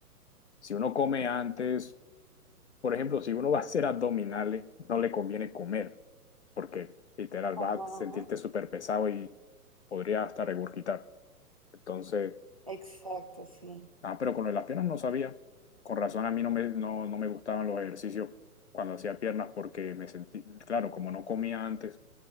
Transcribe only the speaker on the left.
si uno come antes, por ejemplo, si uno va a hacer abdominales, no le conviene comer porque literal
vas a sentirte súper pesado y podría hasta regurgitar. Entonces...
Ah, pero con lo de las piernas no sabía. Con razón a mí no me, no, no me gustaban los ejercicios cuando hacía piernas porque me sentí, claro, como no comía antes,